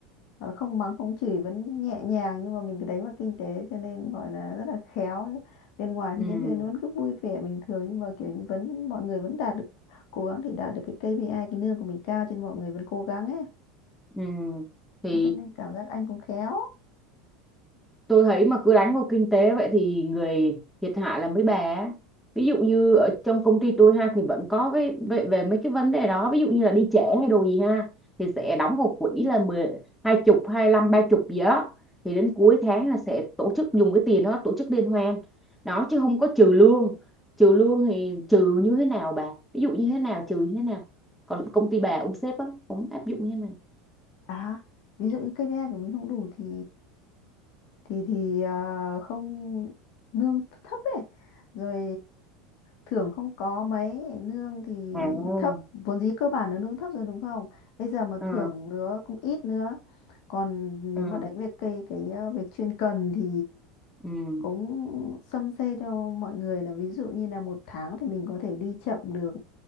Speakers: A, on the left; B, in the centre.
A: ờ, không mắng không chửi vẫn nhẹ nhàng nhưng mà mình cứ đánh vào kinh tế cho nên gọi là rất là khéo ấy. bên ngoài thì
B: ừ
A: nhân viên vẫn cứ vui vẻ bình thường nhưng mà kiểu như vẫn mọi người vẫn đạt được cố gắng thì đạt được cái KPI cái lương của mình cao cho nên mọi người vẫn cố gắng ấy
B: ừ thì
A: Thế cho nên cảm giác anh cũng khéo
B: tôi thấy mà cứ đánh vào kinh tế vậy thì người thiệt hại là mấy bà á. ví dụ như ở trong công ty tôi ha thì vẫn có cái về, về mấy cái vấn đề đó ví dụ như là đi trễ hay đồ gì ha thì sẽ đóng vào quỹ là mười hai chục hai lăm ba chục gì đó thì đến cuối tháng là sẽ tổ chức dùng cái tiền đó tổ chức liên hoan đó chứ không có trừ lương trừ lương thì trừ như thế nào bà ví dụ như thế nào trừ như thế nào còn công ty bà ông sếp á ông áp dụng như thế nào
A: À, ví dụ như KPI của mình không đủ thì thì thì ờ, không lương thấp ấy, rồi thưởng không có mấy, lương thì
B: à
A: thấp, vốn dĩ cơ bản nó lương thấp rồi đúng không? Bây giờ mà
B: ờ,
A: thưởng nữa cũng ít nữa. Còn nếu
B: ừ
A: mà đánh về cây cái ờ, việc chuyên cần thì
B: ừ
A: cũng xâm xê cho mọi người là ví dụ như là một tháng thì mình có thể đi chậm được